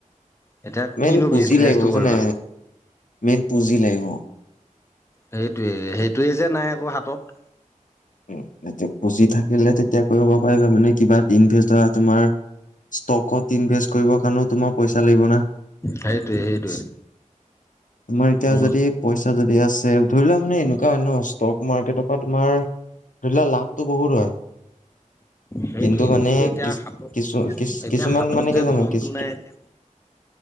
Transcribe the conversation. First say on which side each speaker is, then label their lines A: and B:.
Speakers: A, on the left; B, on the left.
A: এতিয়া
B: মেইন
A: কিনো
B: পুঁজি
A: বিজনেচটো
B: লাগিব
A: কৰিবা
B: জানে মেইন পুঁজি লাগিব
A: সেইটোৱে সেইটোৱে যে নাই আকৌ হাতত
B: এয়া পুজি থাকিলে তেতিয়া কৰিব পাৰিবা মানে কিবা ইনভেষ্ট ধ তোমাৰ ষ্টকত ইনভেষ্ট কৰিব কাৰণেও তোমাৰ পইচা লাগিব না
A: সেইটোয়ে সেইটোয়ে
B: তোমাৰ এতিয়া
A: মোৰ
B: যদি পইচা যদি আছে ধৰি লোৱা মানে এনেকুৱা অনয় ষ্টক মাৰ্কেটৰ পৰা তোমাৰ ধৰি লোৱা লাভটো বহুত হয়
A: সেইটোৱে
B: কিন্তু মানে
A: এতিয়া
B: কি
A: হাতত
B: কিছু কি
A: এতিয়া
B: কিছুমান
A: হাতত
B: মানে
A: যে
B: কি জানো
A: ধনটো
B: কি অ
A: নাই এতিয়া